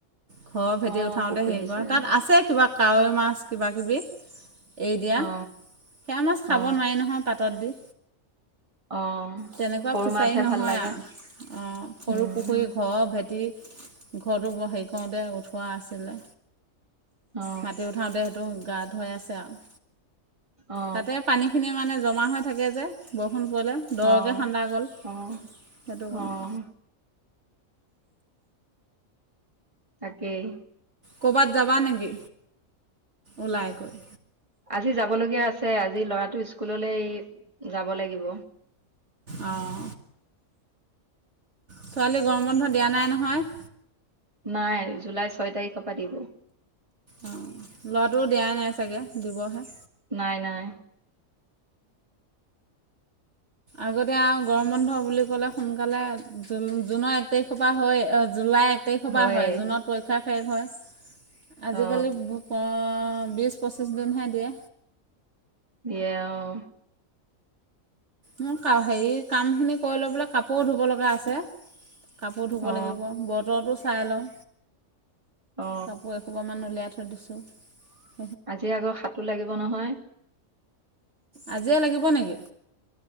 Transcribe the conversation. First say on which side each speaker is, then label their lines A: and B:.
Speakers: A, on the right; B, on the right.
A: ঘৰ ভেটি
B: অ
A: উঠাওতে
B: পুখুৰী
A: হেৰি
B: নিচিনা
A: কৰা তাত আছে কিবা কাৱৈ মাছ। কিবা-কিবি। এ দিয়া সেয়া
B: অ
A: মাছ খাব
B: অ
A: নোৱাৰি নহয় পাতত দি।
B: অ
A: তেনেকুৱা
B: সৰু
A: ফিচাৰী
B: মাছহে
A: নহয়
B: ভাল লাগে
A: আৰু অ সৰু
B: উম
A: পুখুৰী ঘৰৰ ভেটি। ঘৰটো বৰ হেৰি কৰোতে উঠোৱা আছিলে।
B: অ
A: মাটি উঠাওঁতে সেইটো গাত হৈ আছে আৰু।
B: অ
A: তাতে পানী খিনি মানে জমা হয়। থাকে যে বৰষুণ পৰিলে। দৰকৈ
B: আহ
A: খান্দা গ'ল
B: আহ
A: সেইটো বনোৱা
B: আহ তাকেই
A: ক'ৰবাত যাবা নেকি? ওলাই গৈ।
B: আজি যাব লগীয়া আছে আজি ল'ৰাটো স্কুললৈ যাব লাগিব।
A: অঁ ছোৱালী গৰম বন্ধ দিয়া নাই নহয়।
B: নাই জুলাই ছয় তাৰিখৰ পৰা দিব।
A: অঁ ল'ৰাটো দিয়াই নাই চাগৈ দিবহে।
B: নাই নাই
A: আগতে আৱ গৰম বন্ধ বুলি ক'লে সোনকালে জুনৰ এক তাৰিখৰ পৰা হৈ জুলাই এক তাৰিখৰ
B: হয়ে
A: পৰা হয় জুনত পৰীক্ষা শেষ হয়। আজি
B: অ
A: কালি অ বিশ পঁচিছ দিনহে দিয়ে
B: দিয়ে অহঁ
A: মোক আৱ হেৰি কামখিনি কৰিলবলৈ কাপোৰো ধুব লগা আছে কাপোৰ ধুব
B: অ
A: লাগিব বতৰটো চাইলং
B: অ
A: কাপোৰ এসোপা মান উলিয়াই থৈ দিছোঁ। <unintelligible>
B: আজি আকৌ সাতো লাগিব নহয়।
A: আজিয়ে লাগিব নেকি?